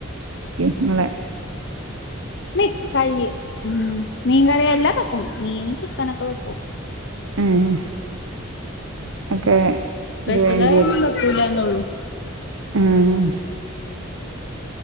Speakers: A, on the right; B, on the left.
A: ക്കും നിങ്ങളെ
B: മീ കൈ ഉം മീൻകറിയെല്ലാം വെക്കും മീനും ചിക്കനൊക്കെ വെക്കും
A: മ്മ് ഒക്കെ
B: സ്പെഷ്യലായി
A: ഇത് വേണ്ടി
B: ഒന്നും വെക്കൂലാന്നെ ഉള്ളു
A: മ്മ്